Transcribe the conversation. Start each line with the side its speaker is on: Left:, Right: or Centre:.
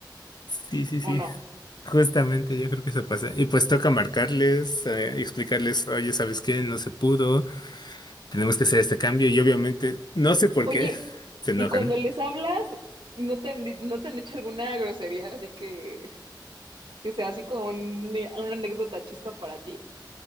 Left: Sí, sí, sí.
Right: ¿o no?
Left: Justamente yo creo que eso pasa. Y pues toca marcarles, eh, explicarles, oye, ¿sabes qué? No se pudo. Tenemos que hacer este cambio y obviamente, no sé por
Right: Oye,
Left: qué, <laughs> se enojan.
Right: Y cuando les hablas, no te han, di- no te han hecho alguna grosería, así que que sea así como un- una anécdota chusca para ti.